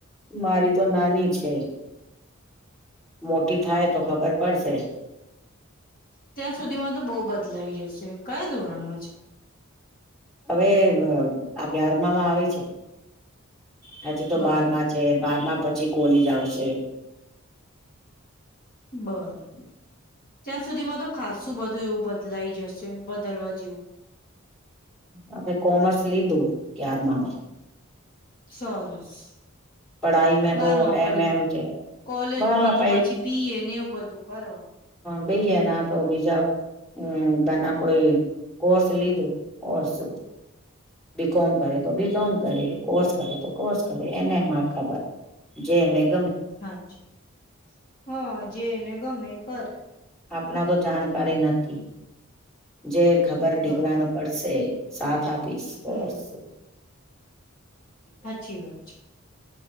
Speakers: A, in the centre; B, on the left.
A: મારી તો નાની છે. મોટી થાય તો ખબર પડશે.
B: ત્યાં સુધીમાં તો બહ બદલાઈ જશે કયા ધોરણમાં છે.
A: હવે અગયારમામાં આવી છે. હજુ તો
B: બરાબર
A: બારમાં છે બાર પછી કોલીજ આવશે.
B: બરાબર ત્યાં સુધીમાં તો ખાસું બધું એવું બદલાઈ જશે બદલવા જેવું.
A: આપે કોમર્સ લીધું ગ્યાર મામાં
B: સરસ <unintelligible>
A: પડાઈ મે
B: બારમાં
A: તો એમ
B: પઈ
A: એમ છે.
B: કોલેજમાં
A: બારમાં
B: તો
A: પાઈ
B: પછી બી એ ને એવું બધું કરવાનું
A: બી એ ના તો બીજા હમ તા ના કોઈ કોર્સ લીધું ઓર શું બીકોમ કરે તો બીકોમ કરે કોર્સ કરે તો કોર્સ કરે એને એમાં ખબર જે મે
B: હા અચ્છા હા જે એને ગમે એ કરે
A: આપના તો જાણકારી નથી જે ખબર દીકરા
B: બરાબર.
A: ને પડશે સાથ આપીશ
B: હમ
A: ઓર શું
B: હાચી વાત છે